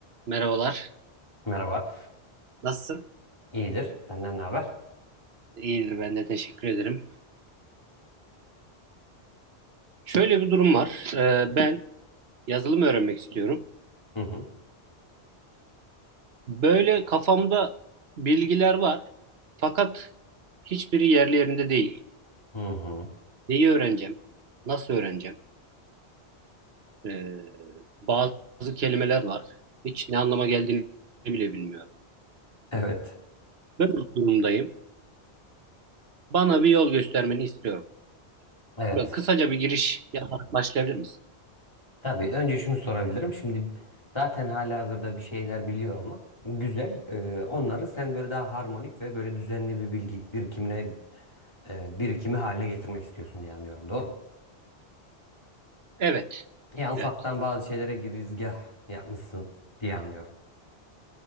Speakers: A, on the right (about 65°); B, on the left (about 25°).
A: Merhabalar.
B: Merhaba.
A: Nasılsın?
B: İyidir. Senden ne haber?
A: İyidir ben de teşekkür ederim. Şöyle bir durum var. Ee, ben yazılım öğrenmek istiyorum.
B: Hı hı.
A: Böyle kafamda bilgiler var. Fakat hiçbiri yerli yerinde değil.
B: Hı hı.
A: Neyi öğreneceğim? Nasıl öğreneceğim? Ee, bazı kelimeler var. Hiç ne anlama geldiğini bile bilmiyorum.
B: Evet.
A: Böyle bir durumdayım. Bana bir yol göstermeni istiyorum.
B: Evet.
A: Böyle kısaca bir giriş yaparak başlayabilir misin?
B: Tabii önce şunu sorabilirim. Şimdi zaten halihazırda bir şeyler biliyor olmak güzel. Ee, onları sen böyle daha harmonik ve böyle düzenli bir bilgi birikimine e, birikimi haline getirmek istiyorsun diye anlıyorum. Doğru mu?
A: Evet,
B: Ya ufaktan
A: evet.
B: bazı şeylere girizgah yapmışsın diye anlıyorum.